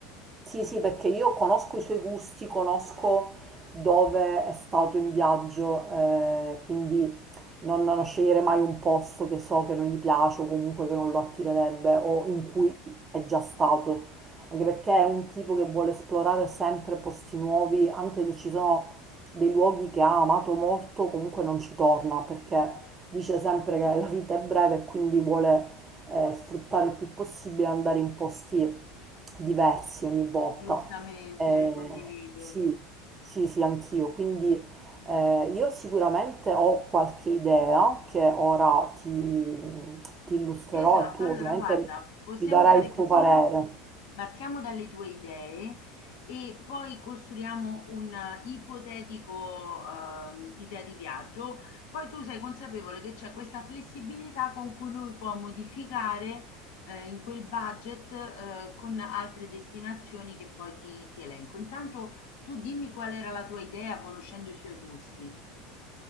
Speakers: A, on the right (about 25°); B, on the left (about 60°).
A: Sì, sì, perché io conosco i suoi gusti, conosco dove è stato in viaggio, eh, quindi non, non scegliere mai un posto che so che non gli piace o comunque che non lo attirerebbe o in cui è già stato, anche perché è un tipo che vuole esplorare sempre posti nuovi, anche se ci sono dei luoghi che ha amato molto, comunque non ci torna perché dice sempre che la vita è breve e quindi vuole eh, sfruttare il più possibile, andare in posti diversi ogni volta.
B: Giustamente,
A: Eh,
B: condivido.
A: sì, sì, sì, anch'io. Quindi eh, io sicuramente ho qualche idea che ora ti, ti illustrerò
B: Esatto,
A: e tu
B: allora
A: ovviamente
B: guarda, possiamo
A: mi darai
B: fare
A: il tuo
B: così.
A: parere.
B: Partiamo dalle tue idee e poi costruiamo un eh, ipotetico ehm, idea di viaggio. Poi tu sei consapevole che c'è questa flessibilità con cui lui può modificare eh, in quel budget eh, con altre destinazioni che poi ti, ti elenco. Intanto tu dimmi qual era la tua idea conoscendo i suoi gusti.